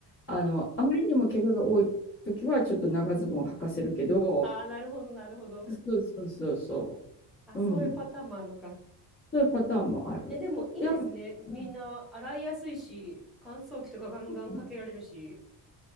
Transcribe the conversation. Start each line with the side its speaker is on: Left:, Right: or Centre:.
Left: あの、あまりにも怪我が多い時は、ちょっと長ズボンを履かせるけど、
Centre: ああ、なるほど、なるほど。
Left: そうそうそうそ
Centre: あ、
Left: う。
Centre: そういうパターンもあるのか。
Left: うん。そういうパターンもある。
Centre: え、でもいいですね。
Left: で、あとう
Centre: みんな洗いやすいし、乾燥機とかガンガンかけられるし。
Left: ん